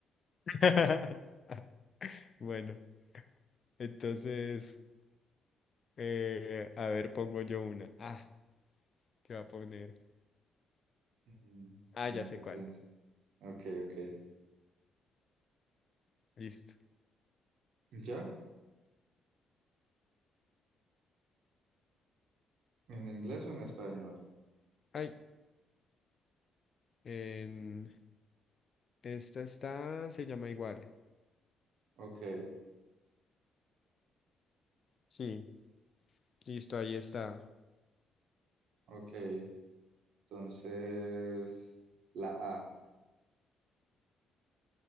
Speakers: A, on the left; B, on the right.
A: <laughs> Bueno, entonces, eh, a ver, pongo yo una. Ah, ¿qué va a poner?
B: Mm,
A: Ah,
B: Piensa,
A: ya sé cuál.
B: piensa. Ok, ok.
A: Listo.
B: ¿Ya? ¿En inglés o en español?
A: Ay, en... esta está, se llama igual.
B: Ok,
A: Sí, listo, ahí está.
B: ok. Entonces, la A.